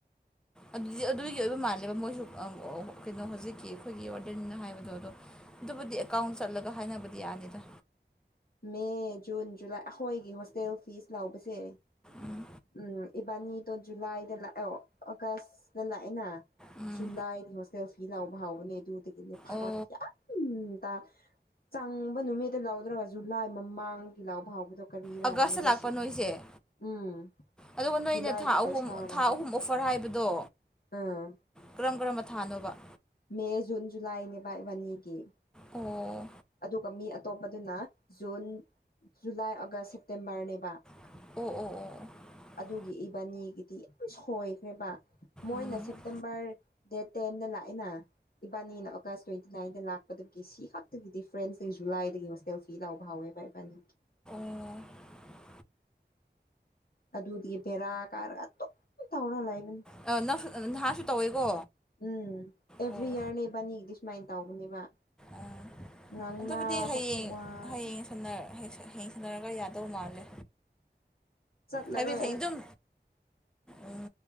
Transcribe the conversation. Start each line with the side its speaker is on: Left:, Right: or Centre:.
Centre: ꯑꯗꯨꯗꯤ ꯑꯗꯨꯒꯤ ꯑꯣꯏꯕ ꯃꯥꯜꯂꯦꯕ ꯃꯣꯏꯁꯨ ꯀꯩꯅꯣ ꯍꯧꯖꯤꯛꯀꯤ ꯑꯩꯈꯣꯏꯒꯤ ꯑꯣꯔꯗꯦꯟꯅ ꯍꯥꯏꯕꯗꯣ ꯑꯗꯣ ꯑꯗꯨꯕꯨꯗꯤ ꯑꯦꯀꯥꯎꯟ ꯆꯠꯂꯒ ꯍꯥꯏꯅꯕꯗꯤ ꯌꯥꯅꯤꯗ
Left: ꯃꯦ ꯖꯨꯟ ꯖꯨꯂꯥꯏ ꯑꯩꯈꯣꯏꯒꯤ ꯍꯣꯁꯇꯦꯜ ꯐꯤꯁ ꯂꯧꯕꯁꯦ
Centre: ꯎꯝ
Left: ꯎꯝ ꯏꯕꯥꯅꯤꯗꯣ ꯖꯨꯂꯥꯏꯗ ꯂꯥꯛꯑꯦ ꯑꯣꯒꯁꯇ ꯂꯥꯛꯑꯦꯅ
Centre: ꯎꯝ
Left: ꯖꯨꯂꯥꯏꯗꯤ ꯍꯣꯁꯇꯦꯜ ꯐꯤ ꯂꯧꯕ ꯍꯥꯎꯕꯅꯦ ꯑꯗꯨꯗꯒꯤꯅꯦ ꯐꯔꯛ
Centre: ꯑꯣ
Left: ꯌꯥꯝ ꯇꯥ ꯆꯪꯕ ꯅꯨꯃꯤꯠꯇ ꯂꯧꯗ꯭ꯔꯒꯁꯨ ꯖꯨꯂꯥꯏ ꯃꯃꯥꯡꯒꯤ ꯂꯧꯕ ꯍꯧꯕꯗꯣ ꯀꯔꯤꯔ
Centre: ꯑꯥꯒꯁꯇ
Left: ꯍꯥꯢꯕꯅꯤꯗꯁꯤ
Centre: ꯂꯥꯛꯄ ꯅꯣꯏꯁꯦ
Left: ꯎꯝ
Centre: ꯑꯗꯨꯒ ꯅꯣꯏꯅ
Left: ꯖꯨꯂꯥꯏꯒꯤ
Centre: ꯊꯥ ꯑꯍꯨꯝ
Left: ꯄꯩꯁꯥ
Centre: ꯊꯥ
Left: ꯂꯧꯕ
Centre: ꯑꯍꯨꯝ ꯑꯣꯐꯔ ꯍꯥꯏꯕꯗꯣ
Left: ꯑꯥ
Centre: ꯀꯔꯝ ꯀꯔꯝꯕ ꯊꯥꯅꯣꯕ
Left: ꯃꯦ ꯖꯨꯟ ꯖꯨꯂꯥꯏꯅꯦ ꯏꯕꯥꯅꯤꯒꯤ
Centre: ꯑꯣ
Left: ꯑꯗꯨꯒ ꯃꯤ ꯑꯇꯣꯞꯄ ꯑꯗꯨꯅ ꯖꯨꯟ ꯖꯨꯂꯥꯏ ꯑꯣꯒꯁ ꯁꯦꯞꯇꯦꯝꯕꯔꯅꯦꯕ
Centre: ꯑꯣ ꯑꯣ ꯑꯣ
Left: ꯑꯗꯨꯒꯤ ꯏꯕꯥꯅꯤꯒꯤꯗꯤ ꯌꯥꯝ ꯁꯣꯏꯈ꯭ꯔꯦꯕ ꯃꯣꯏꯅ
Centre: ꯎꯝ
Left: ꯁꯦꯞꯇꯦꯝꯕꯔ ꯗꯦꯠ ꯇꯦꯟꯗ ꯂꯥꯛꯏꯅ ꯏꯕꯥꯅꯤꯅ ꯑꯣꯒ ꯇ꯭ꯋꯦꯟꯇꯤ ꯅꯥꯏꯟꯗ ꯂꯥꯛꯄꯗ ꯄꯤ ꯁꯤ ꯈꯛꯇꯒꯤ ꯗꯤꯐ꯭ꯔꯦꯟꯁ ꯖꯨꯂꯥꯏꯗꯒꯤ ꯍꯣꯁꯇꯦꯜ ꯐꯤ ꯂꯧ ꯍꯧꯋꯦꯕ ꯏꯕꯥꯅꯤꯒꯤ
Centre: ꯑꯣ
Left: ꯑꯗꯨꯗꯒꯤ ꯕꯦꯔꯥ ꯀꯥꯔꯒ ꯑꯗꯨꯝ ꯇꯧꯔ ꯂꯩꯏꯕꯅꯤ
Centre: ꯑ ꯅꯪꯁꯨ ꯅꯍꯥꯁꯨ ꯇꯧꯋꯦꯀꯣ
Left: ꯎꯝ ꯑꯦꯚ꯭ꯔꯤ
Centre: ꯑꯣ
Left: ꯌꯔꯅꯦ ꯏꯕꯥꯅꯤꯒꯤꯗꯤ ꯁꯨꯃꯥꯏꯅ ꯇꯥꯎꯕꯅꯦꯕ
Centre: ꯑꯣ
Left: ꯉꯥꯡꯅꯕ
Centre: ꯑꯗꯨꯕꯨꯗꯤ ꯍꯌꯦꯡ
Left: ꯈꯨꯋꯥꯗꯤ
Centre: ꯍꯌꯦꯡ ꯁꯥꯟꯅ ꯍꯌꯦꯡ ꯁꯥꯟꯅꯔꯒ ꯌꯥꯗꯧ ꯃꯥꯜꯂꯦ
Left: ꯆꯠꯂꯔꯣꯏ
Centre: ꯍꯥꯏꯕꯤꯗꯤ
Left: ꯑꯩ
Centre: ꯑꯗꯨꯝ ꯎꯝ